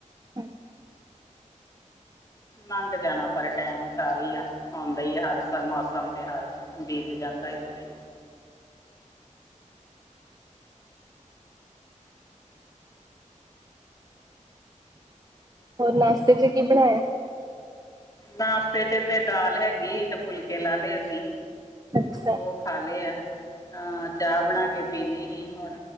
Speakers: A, on the right (about 30°); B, on the left (about 25°).
A: ਹ। <unintelligible>
B: ਲੰਘ ਜਾਣਾ ਪਰ ਟੈਮ ਸਾਰੇ ਹੀ ਆ ਆਉਂਦਾ ਆ ਹਰ ਮੌਸਮ ਤਿਉਹਾਰ ' ਬੀਤ ਜਾਂਦਾ ਇਸੱ ਤਰ੍ਹਾਂ ਈ।
A: ਹੋਰ ਨਾਸ਼ਤੇ ਚ ਕੀ ਬਣਾਇਆ।
B: ਨਾਸ਼ਤੇ ਚ ਤੇ ਦਾਲ ਹੈਗੀ ਤੇ ਫੁਲਕੇ ਲਾ ਲਏ ਅਸੀਂ
A: ਅੱਛਾ
B: ਉਹ ਖਾ ਲਏ ਆ ਹਾਂ ਚਾਹ ਬਣਾ ਕੇ ਪੀ ਲਈ ਸੀ ਹੁਣ।